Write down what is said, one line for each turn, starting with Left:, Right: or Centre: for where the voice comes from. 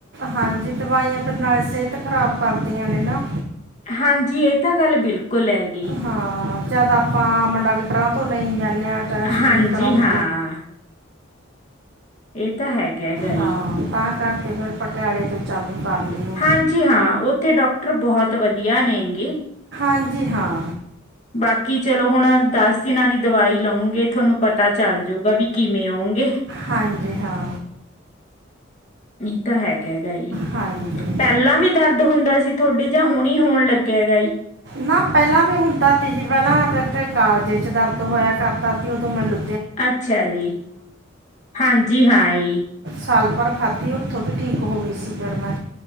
Right: ਹਾਂਜੀ, ਦਵਾਈਆਂ ਫਿਰ ਨਾਲੇ ਸਿਹਤ ਖ਼ਰਾਬ ਕਰਦੀਆਂ ਨੇ ਨਾ।
Left: ਹਾਂਜੀ, ਇਹ ਤਾਂ ਗੱਲ ਬਿਲਕੁਲ ਹੈਗੀ।
Right: ਹਾਂ ਜਦ ਆਪਾਂ ਆਮ ਡਾਕਟਰਾਂ ਤੋਂ ਨਹੀਂ। ਜਾਂਨੇ ਆਂ ਟੈਸਟ
Left: ਹਾਂਜੀ
Right: ਕਰਾਉਣ
Left: ਹਾਂ ਇਹ ਤਾਂ ਹੈ ਕ ਹੈਗਾ।
Right: ਹਾਂ ਤਾਂ ਕਿ ਫੇਿਰ ਪਟਿਆਲੇ ਤੋਂ ਚੱਲ ਕਰ ਲਈ ਹੁਣ
Left: ਹਾਂਜੀ ਹਾਂ, ਉਥੇ ਡਾਕਟਰ ਬਹੁਤ ਵਧੀਆ ਨੇਂ ਗੇ।
Right: ਹਾਂਜੀ ਹਾਂ।
Left: ਬਾਕੀ ਚਲੋ ਹੁਣ, ਦਸ- ਦਿਨਾਂ ਦੀ ਦਵਾਈ ਲਊਂਗੇ ਤੁਹਾਨੂੰ ਪਤਾ ਚੱਲ ਜੂਗਾ ਵੀ ਕਿਵੇਂ ਆਉਂਗੇ।
Right: ਹਾਂਜੀ ਹਾਂ
Left: ਇਹ ਤਾਂ ਹੈ। ਹੈਗਾ ਹੀ,
Right: ਹਾਂਜੀ
Left: ਪਹਿਲਾਂ ਵੀ ਦਰਦ ਹੁੰਦਾ ਸੀ ਤੁਹਾਡੇ ਜਾਂ ਹੁਣੇ ਹੋਣ ਲੱਗਿਆ ਹੈਗਾ ਈ।
Right: ਨਾ ਪਹਿਲਾਂ ਵੀ ਹੁੰਦਾ ਸੀ ਜੀ, ਪਹਿਲਾਂ ਵਿਚ ਕਾਲਜੇ ਚ ਦਰਦ ਹੋਇਆ ਕਰਤਾ ਸੀ ਉਦੋਂ ਮੈਂਨੁ
Left: ਅੱਛਾ ਜੀ, ਹਾਂਜੀ, ਹਾਂ ਈ।
Right: ਸਾਲ ਭਰ ਖਾਧੀ, ਉੱਥੋਂ ਵੀ ਠੀਕ ਹੋ ਗਈ ਸੀ ਫਿਰ ਮੈਂ।